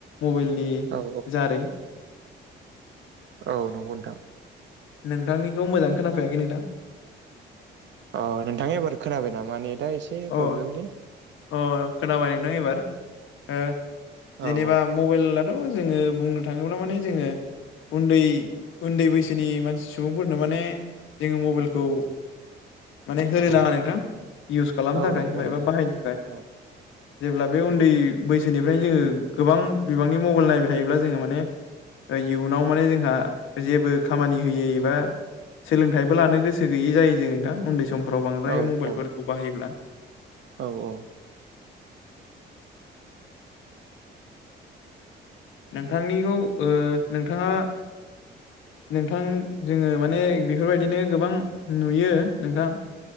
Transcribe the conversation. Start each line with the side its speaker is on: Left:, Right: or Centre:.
Left: मबाइलनि
Right: औ
Left: जारै।
Right: औ नंगौ नोंथां।
Left: नोंथांनिखौ मोजाङै खोनाफैयाखै नोंथां?
Right: अ नोंथां एबार खोनाबाय नामा नेदा एसे
Left: अ
Right: प्रब्लेमलै
Left: अ खोनाबाय नोंथां एबार ओ जेनेबा
Right: औ औ
Left: मबाइल। थ' जोङो बुंनो थाङोब्ला माने जोङो उन्दै उन्दै बैसो सिनि मानसि सुबुंफोरनो माने जोङो मबाइलखौ माने होनो नाङा नोंथां। इउस खालामनो
Right: औ
Left: थाखाय
Right: नंगौ
Left: माइबा
Right: नंगौ
Left: बाहायनो थाखाय।
Right: औ
Left: जेब्ला बे उन्दै बैसोनिफ्रायनो जोङो गोबां बिबांनि मबाइल नायबाय थायोब्ला जोङो माने। इयुनाव माने जोंहा जेबो। खामानि होयै एबा सोलोंथाइबो लानो गोसो गैयै जायो जों नोंथां उन्दै सम। फोराव बांद्राय
Right: औ औ
Left: मबाइलफोरखौ बाहायोब्ला।
Right: औ औ।
Left: नोंथांनिखौ ओ नोंथाङा? नोंथां जोङो माने बेफोरबायदिनो गोबां नुयो नोंथां।